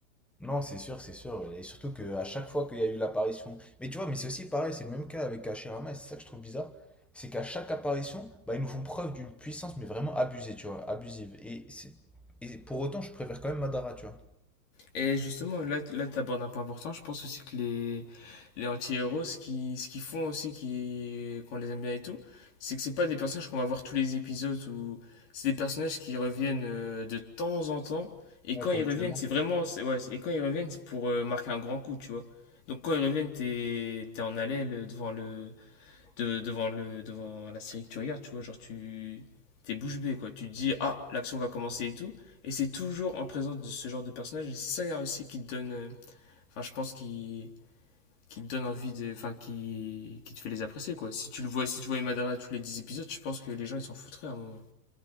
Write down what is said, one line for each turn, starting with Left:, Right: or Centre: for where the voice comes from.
Centre: Non, c'est sûr, c'est sûr. Et surtout qu'à chaque fois qu'il y a eu l'apparition. Mais tu vois, mais c'est aussi pareil, c'est le même cas avec Hashirama et c'est ça que je trouve bizarre. C'est qu'à chaque apparition, bah, ils nous font preuve d'une puissance, mais vraiment abusée, tu vois, abusive. Et, c'est- et pour autant, je préfère quand même Madara, tu vois.
Left: Et justement, là, là tu abordes un point important. Je pense aussi que les, les anti-héros, ce qui- ce qu'ils font aussi, qui, qu'on les aime bien et tout, c'est que c'est pas des personnages qu'on va voir tous les épisodes ou c'est des personnages qui reviennent euh, de temps en temps. Et
Centre: Ouais,
Left: quand
Centre: ponctuellement.
Left: ils reviennent, c'est vraiment, c'est- ouais, et quand ils reviennent, c'est pour euh, marquer un grand coup, tu vois. Donc quand ils reviennent, t'es, t'es en haleine devant le, de, devant, le, devant la série que tu regardes, tu vois, genre tu t'es bouche bée, quoi. Tu te dis, ah, l'action va commencer et tout. Et c'est toujours en présence de ce genre de personnage. Et c'est ça aussi qui te donne, euh, enfin, je pense, qui, qui te donne envie de, enfin, qui, qui te fait les apprécier, quoi. Si tu le vois, si tu vois Imadara tous les 10 épisodes, je pense que les gens, ils s'en foutraient à un moment.